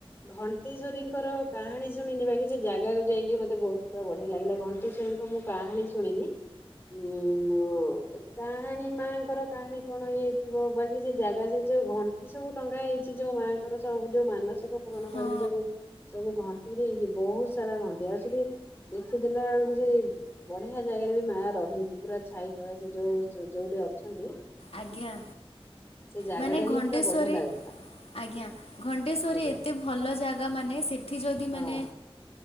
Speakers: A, on the left; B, on the left.
A: ଘଣ୍ଟେଶ୍ୱରୀଙ୍କର କାହାଣୀ ଶୁଣିନି ବା କି ସେ ଜାଗାକୁ ଯାଇକି ମତେ ବହୁତ ପୁରା ବଢିଆ ଲାଗିଲା ଘ ଣ୍ଟେଶ୍ୱରୀଙ୍କ ମୁଁ କାହାଣୀ ଶୁଣିନି। ଉଁ କାହାଣୀ ମା ଙ୍କର କାହାଣୀ କଣ ଇଏ ଥିବ ବାକି ସେ ଜାଗା ସେ ଯୋଉ ଘ ଣ୍ଟ ଟଙ୍ଗା ହେଇଚି ଯୋଉ ମାଆ ଙ୍କର ସବୁ ଯୋଉ ମାନସିକ ପୂରଣ
B: ହଁ
A: କରିକି ଯୋଗୁ ସବୁ ଘଣ୍ଟି ଦେଇଛନ୍ତି। ବହୁତ ସାରା ଘଣ୍ଟି ଆଉ ସେଠି ଦେଖିଦେଲା ବେଳକୁ ସେ ବଢିଆ ଜାଗାରେ ବି ମା ରହିନ୍ତି। ପୁରା ଛାଇ ତଳେ ସେ ଯୋଉ ଯୋଉଠି ଅଛନ୍ତି
B: ଆଜ୍ଞା।
A: ସେ ଜାଗା
B: ମାନେ
A: ଟା ହିଁ
B: ଘଣ୍ଟେଶ୍ଵରୀ
A: ପୁରା ବଢିଆ ଲାଗୁଥିଲା
B: ଆଜ୍ଞା। ଘଣ୍ଟେଶ୍ୱରୀ
A: ଆଜ୍ଞା
B: ଏତେ ଭଲ ଜାଗା ମାନେ ସେଠି ଯଦି
A: ହଁ
B: ମାନେ